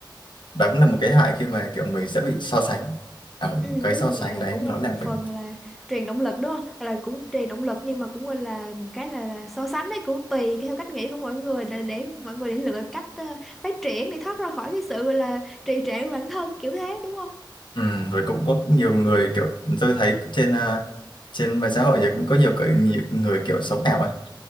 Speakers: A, on the left; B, in the centre.
A: đó cũng là một cái hại khi mà kiểu mình sẽ bị so sánh ở
B: ừ
A: cái
B: đúng
A: so
B: rồi
A: sánh
B: gọi là
A: đấy
B: cũng
A: nó
B: là một
A: làm mình
B: phần là truyền động lực đúng không là cũng truyền động lực nhưng mà cũng gọi là một cái là là so sánh đấy cũng tùy theo cách nghĩ của mọi người là để mọi người để lựa cách ờ, phát triển để thoát ra khỏi cái sự gọi là trì trệ của bản thân kiểu thế đúng không
A: ừ, rồi cũng có nhiều
B: ừ
A: người kiểu tôi thấy trên à, trên mạng xã hội giờ cũng có nhiều, cái, nhiều người kiểu sống ảo ấy